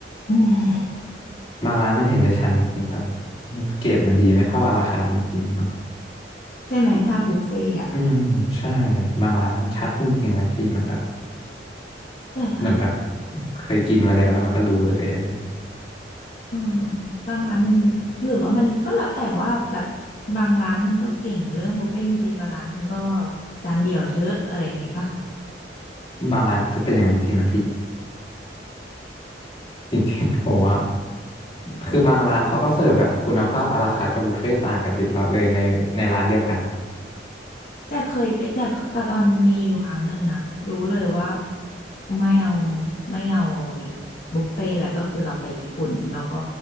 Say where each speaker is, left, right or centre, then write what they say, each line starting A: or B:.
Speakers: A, on the left; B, on the left.
A: อืม
B: บางร้านมันเห็นได้ชัดจริงๆแบบเกรดมันดีไม่เท่าราคาจริงๆเนาะ
A: ใช่ไหมถ้าบุฟเฟ่อะ
B: อืมใช่ บางร้านมันชัดจริงๆเลยพี่มันแบบ
A: แต่ถ้า
B: เหมือนแบบเคยกินมาแล้วแล้วมันก็รู้เลยอะไรอย่างเงี้ย
A: อืมบางร้านมันหรือว่ามันก็แล้วแต่ว่าแบบบางร้านมันก็เก่งเรื่องบุฟเฟ่ต์จริงๆบางร้านมันก็จานเดียวเถอะอะไรอย่างงี้ปะ
B: บางร้านจะเป็นอย่างนั้นจริงนะพี่จริงๆผมว่าคือบางร้านเขาก็เสิร์ฟแบบคุณภาพอาราคาร์ทกับบุฟเฟ่ต์ต่างกันลิบลับเลยในในร้านเดียวกันอะ
A: แต่เคยไปแต่แต่ตอนมีอยู่ครั้งหนึ่งนะรู้เลยว่าไม่เอาไม่เอาบุฟเฟ่ต์แหละก็คือตอนไปญี่ปุ่นแล้วก็